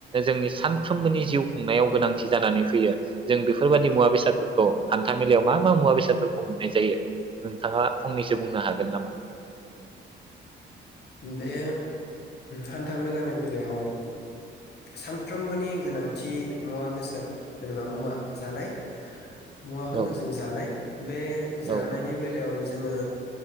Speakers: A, on the right; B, on the left.
A: जोंनि सानफ्रोमबोनि जिउ खुंनायाव गोनांथि जानानै फैयो जों बेफोरबादि मुवा बेसादफोरखौ हान्था मेलायाव मा मा मुवा बेसादफोरखौ मोननाय जायो, नोंथाङा फंनैसो बुंनो हागोन नामा?
B: बे हान्थामेलानि बेलायाव सानफ्रोमबोनि गोनांथि मुवा बेसाद जेनेबा मुवा जानाय मुवाखोनो
A: औ
B: जों जानाय बे जानायनि
A: औ
B: बेलायावनो जोङो